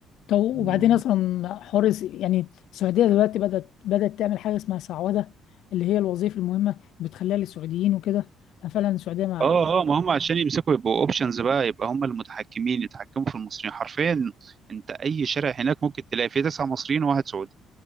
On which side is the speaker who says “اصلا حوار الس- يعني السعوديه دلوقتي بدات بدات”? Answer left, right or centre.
Left